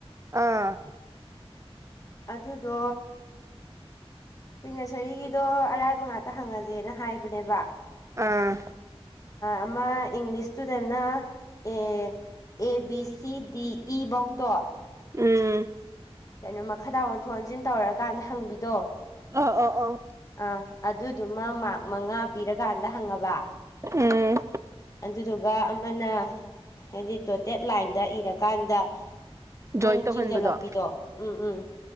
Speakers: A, on the right; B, on the left.
A: ꯑꯥ
B: ꯑꯗꯨꯗꯣ ꯄ꯭ꯔꯤ ꯅꯁꯔꯤꯒꯤꯗꯣ ꯑꯔꯥꯏꯕ ꯉꯥꯛꯇ ꯍꯪꯉꯁꯦꯅ ꯍꯥꯏꯕꯅꯦꯕ
A: ꯑꯥ
B: ꯑꯃ English ꯏꯁꯇꯨꯗꯦꯟꯅ A A B C ꯗꯤ ꯏꯕꯧꯇꯣ
A: ꯎꯝ
B: ꯀꯩꯅꯣ ꯃꯈꯥꯗ ꯑꯣꯟꯊꯣꯛ ꯑꯣꯟꯁꯤꯟ ꯇꯧꯔꯀꯥꯟꯗ ꯍꯪꯕꯤꯗꯣ
A: ꯑ ꯑ ꯑ
B: ꯑꯥ ꯑꯗꯨꯗꯨꯃ ꯃꯔ ꯃꯉꯥ ꯄꯤꯔꯀꯥꯟꯗ ꯍꯪꯉꯕ
A: ꯎꯝ
B: ꯑꯗꯨꯗꯨꯒ ꯑꯃꯅ ꯍꯥꯏꯗꯤ ꯇꯣꯇꯦꯠ ꯂꯥꯏꯟꯗ ꯀꯔꯀꯥꯟꯗ ꯃꯣꯏꯅ
A: ꯖꯣꯏꯟ ꯇꯧꯍꯟꯕꯗꯣ
B: ꯆꯤꯡꯁꯤꯜꯂꯛꯄꯤꯗꯣ ꯎꯝ ꯎꯝ